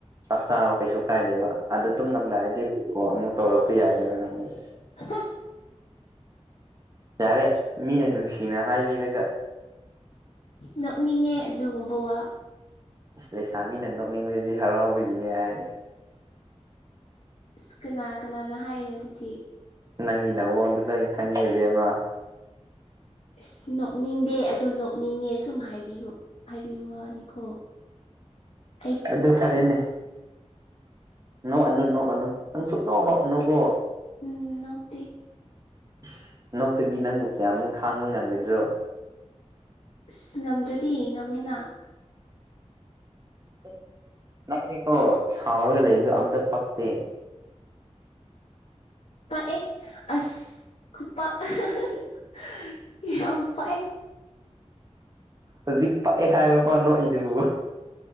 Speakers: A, on the right; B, on the left.
A: ꯆꯥꯛ ꯆꯥꯕ ꯀꯩꯁꯨ ꯀꯥꯏꯗꯦꯕ ꯑꯗꯣ ꯇꯨꯝꯂꯝꯗꯥꯏꯗꯤ ꯊꯣꯜ ꯑꯃꯨꯛ ꯇꯧꯔꯛꯄ ꯌꯥꯏꯑꯦꯕ ꯅꯪꯗꯤ
B: <unintelligible>
A: ꯌꯥꯔꯦ ꯃꯤꯅ ꯅꯨꯡꯁꯤꯅ ꯍꯥꯏꯕꯤꯔꯒ
B: ꯅꯣꯛꯅꯤꯡꯉꯦ ꯑꯗꯨꯒꯨꯝꯕ ꯋꯥ
A: ꯂꯩꯁꯥꯕꯤꯅ ꯅꯣꯛꯅꯤꯡꯕꯗꯤ ꯍꯔꯥꯎꯕꯒꯤꯅꯦ ꯍꯥꯏ
B: ꯑꯁ ꯀꯅꯥ ꯀꯅꯥꯅ ꯍꯥꯏꯅꯣ ꯑꯗꯨꯗꯤ
A: ꯅꯪꯒꯤ ꯅꯎꯣꯟꯗꯨꯗ ꯂꯣꯢꯅ ꯈꯪꯉꯤ ꯏꯕꯦꯝꯃ
B: ꯑꯁ ꯅꯣꯛꯅꯤꯡꯗꯦ ꯑꯗꯨ ꯅꯣꯛꯅꯤꯡꯉꯦ ꯁꯨꯝ ꯍꯥꯏꯕ ꯍꯥꯏꯕꯤꯕ ꯋꯥꯅꯤꯀꯣ <inaudible>
A: ꯑꯗꯨ ꯐꯔꯦꯅꯦ ꯅꯣꯛꯑꯅꯨ ꯅꯣꯛꯑꯅꯨ ꯅꯪ ꯁꯨꯛꯅꯣ ꯅꯣꯛꯑꯅꯨꯀꯣ
B: ꯎꯝ ꯅꯣꯛꯇꯦ
A: ꯏꯁ ꯅꯣꯛꯇꯕꯤ ꯅꯪꯕꯨ ꯀꯌꯥꯃꯨꯛ ꯈꯥꯡꯕ ꯉꯝꯒꯗ꯭ꯔꯣ
B: ꯏꯁ ꯉꯝꯗ꯭ꯔꯗꯤ ꯌꯦꯉꯝꯃꯤꯅ
A: ꯅꯪ ꯅꯪꯗꯤꯀꯣ ꯁꯥꯎꯔꯒ ꯂꯩꯕꯗꯣ ꯑꯝꯇ ꯄꯛꯇꯦ
B: ꯄꯛꯑꯦ ꯑꯁ ꯈꯨꯄꯛ ꯑꯍꯥ ꯍ ꯍꯥ ꯌꯥꯝ ꯄꯛꯑꯦ
A: ꯍꯧꯖꯤꯛ ꯄꯛꯑꯦ ꯍꯥꯏꯕꯐꯥꯎ ꯅꯣꯛꯏꯗꯨꯕꯨ ꯑꯍꯥ